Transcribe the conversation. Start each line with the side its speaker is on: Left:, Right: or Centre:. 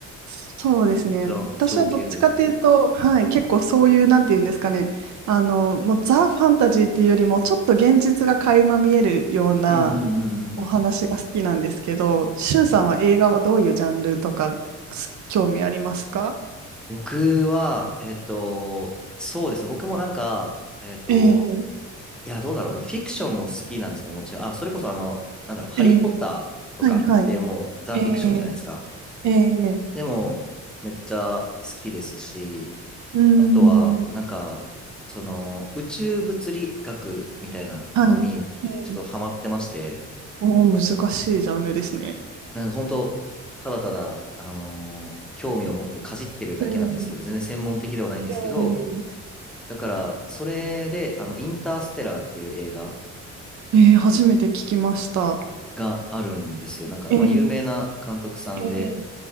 Right: そうですね。
Centre: めっちゃ情景というか。
Right: 私はどっちかというと、はい、結構そういう、なんていうんですかね、あの、もうザ・ファンタジーっていうよりも、ちょっと現実が垣間見えるような
Centre: うんうんうんうんうん。
Right: お話が好きなんですけど、しゅんさんは映画はどういうジャンルとか、
Centre: あー
Right: す興味ありますか
Centre: 僕は、えっと、そうですね。僕もなんか、えっと、
Right: ええ
Centre: いや、どうだろう。でもフィクションも好きなんですね、もちろん。あ、それこそあの、なんだろう、ハリー・
Right: ええ
Centre: ポッターとかってもうザ・
Right: はいはい。ええ
Centre: フィクションじゃないですか。
Right: ええ
Centre: でも、めっちゃ好きですし、
Right: うーん、
Centre: あとは、なんか、その、宇宙物理学みたいなのに、
Right: はい。ええ
Centre: ちょっとハマってまして、
Right: おー難しいジャンルですね。
Centre: なんか本当、ただただ、あのー興味を持ってかじってるだけなんですけど、
Right: ええ
Centre: 全然専門的ではないんですけど、
Right: ええ
Centre: だから、それで、あの、インターステラーっていう映画
Right: ええ初めて聞きました。
Centre: があるんですよ。なんか、
Right: ええ
Centre: まあ、有名な監督さんで、
Right: ええ